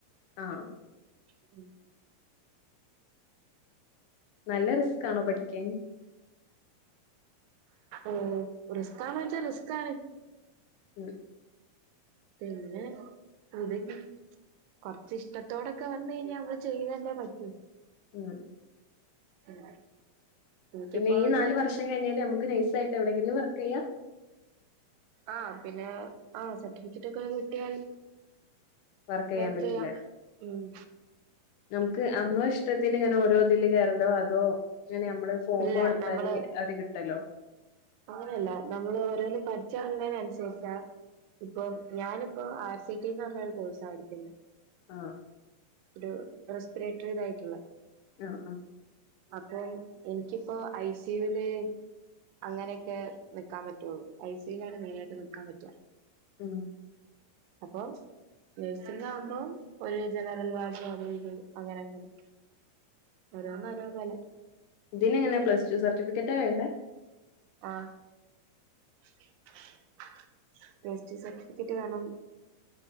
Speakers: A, on the left; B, on the right.
A: ആഹ്
B: <inaudible>
A: നല്ല റിസ്കാണോ പഠിക്കാൻ
B: ഓ റിസ്കാണോച്ചാ റിസ്ക്കാണ്
A: <inaudible>
B: പിന്നെ <unintelligible> കൊറച്ച്ഷ്ടത്തോടൊക്കെ വന്ന് കഴിഞ്ഞാ നമ്മള് ചെയ്തല്ലേ പറ്റു
A: ഉം
B: ഉം എനിക്കിപ്പോ
A: പിന്നെയീ
B: അത്
A: നാല് വർഷം കഴിഞ്ഞാല് അമ്മക്ക് നൈസായിട്ടെവിടെങ്കിലും വർക്ക് ചെയ്യാം
B: ആ പിന്നെ ആ സർട്ടിഫിക്കറ്റ് ഒക്കെ കിട്ടിയാല്
A: വർക്ക് ചെയ്യാൻ
B: വർക്കെയ്യാം
A: പറ്റില്ല
B: ഉം
A: നമുക്ക് അമ്മ ടത്തിന് ഇങ്ങനെ ഓരോ ഇതില് കേറല്ലോ അതോ ഇങ്ങനെ അമ്മള് ഫോമ്
B: ഇല്ല
A: കൊടുത്താല്
B: നമ്മള്
A: അത് കിട്ടലോ
B: അങ്ങനെയല്ല നമ്മള് ഓരോന്ന് പഠിച്ചെറങ്ങണേനനുസരിച്ചാ ഇപ്പൊ ഞാനിപ്പോ ആർ സി ടിന്ന് പറഞ്ഞ ഒരു കോഴ്സാ പഠിക്കുന്ന
A: ആഹ്
B: ഒരു റെസ്പിരേറ്ററി ഇതായിട്ടുള്ള
A: ആഹ് ആഹ്
B: <unintelligible> എനിക്കിപ്പോ ഐ സിയുവില് അങ്ങനെയെക്കെ നിക്കാൻ പറ്റുള്ളൂ ഐസൂയിലാണ് മെയിനായിട്ട് നിക്കാൻ പറ്റാ
A: ഉം
B: അപ്പോ നേഴ്സിംഗ് ആവുമ്പം ഒരു ജനറൽ വാർഡ് അത് ഇത് അങ്ങനങ്ങനെ ഓരോന്നോരോന്നോലെ
A: ഇതിനെങ്ങനെ പ്ലസ് ടു സർട്ടിഫിക്കറ്റാ വേണ്ടേ
B: ആഹ് <unintelligible> പ്ലസ്ടു സർട്ടിഫിക്കറ്റ് വേണം